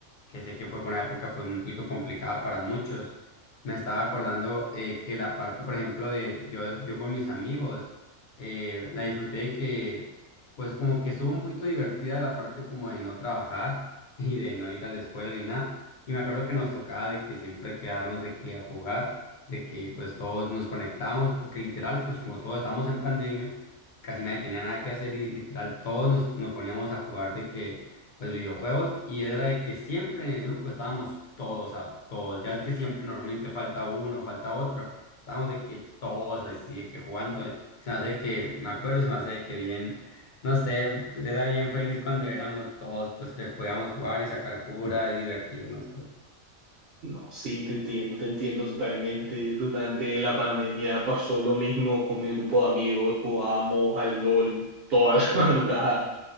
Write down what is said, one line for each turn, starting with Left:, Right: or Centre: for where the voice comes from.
Left: que sé que fue una época pues un poquito complicada para muchos. Me estaba acordando eh, que la parte, por ejemplo, de yo, yo con mis amigos, eh, la disfruté de que pues como que estuvo un poquito divertida la parte como de no trabajar <laughs> y de no ir a la escuela ni nada. Y me acuerdo que nos tocaba de que siempre quedarnos de que a jugar de que pues todos nos conectamos, porque literal, pues como todos estábamos en pandemia, casi nadie tenía nada que hacer y literal todos nos, nos poníamos a jugar de que, pues videojuegos y era de que siempre en el grupo estábamos todos, a todos, ya es que siempre normalmente falta uno, falta otro, estábamos de que todos así, de que jugando, eh, se me hace que, me acuerdo, se me hace que bien. No sé, pues era bien feliz cuando éramos todos, pues que podíamos jugar y sacar cura y divertirnos, pues.
Right: No, sí, te entiendo, te entiendo totalmente. Durante la pandemia pasó lo mismo con mi grupo de amigos. Jugábamos al LOL toda la <laughs> madrugada,